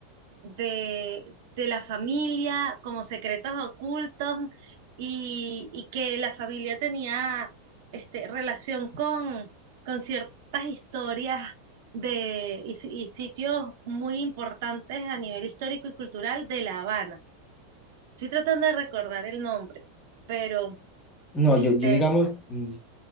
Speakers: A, on the right; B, on the left.
A: de, de la familia como secretos ocultos y, y que la familia tenía este, relación con, con ciertas historias de, y, si- y sitios muy importantes a nivel histórico y cultural de La Habana. Estoy tratando de recordar el nombre, pero
B: No,
A: este,
B: yo, yo digamos, mm,